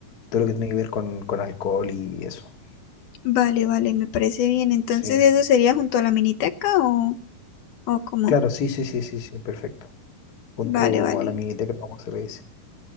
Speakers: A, on the left (about 50°); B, on the left (about 75°).
A: todo lo que tiene que ver con, con alcohol y eso.
B: Vale, vale, me parece bien. Entonces,
A: Sí,
B: ¿eso sería junto a la miniteca o, o cómo?
A: claro, sí, sí, sí, sí, sí, perfecto. Junto
B: Vale, vale.
A: a la miniteca, como se le dice.